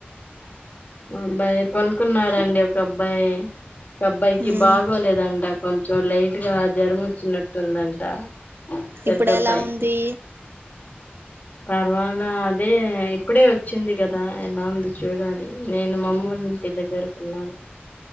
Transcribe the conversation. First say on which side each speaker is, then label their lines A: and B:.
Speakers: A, on the left (about 40°); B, on the right (about 65°).
A: అబ్బాయి పనుకున్నాడండి ఒక అబ్బాయి అబ్బాయికి
B: ఉమ్
A: బాగోలేదండ కొంచెం లైట్ గా జ్వరం వచ్చినట్టుందంట పెద్ద
B: ఇప్పుడు
A: అబ్బాయికి
B: ఎలా ఉంది
A: పర్వాలా అదే ఇప్పుడే వచ్చింది కదా ఎలా ఉంది చూడాలి నేను మమ్మోలింటి దగ్గరున్నాను